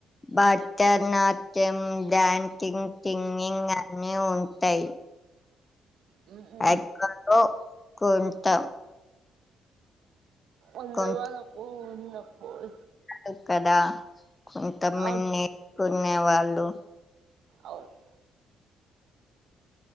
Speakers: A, on the left; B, on the right.
A: బట్టర్నాట్యం దంచింగ్ సింగింగ్ నే ఉంటాయి
B: హ్మ్, హ్మ్.
A: అ కొంతో కొంతాం
B: అందు
A: కొం
B: వరకు ఉన్నప్పుడు
A: అ కదా కొంతమంది
B: అవును
A: కొనే వాళ్ళు
B: అవున్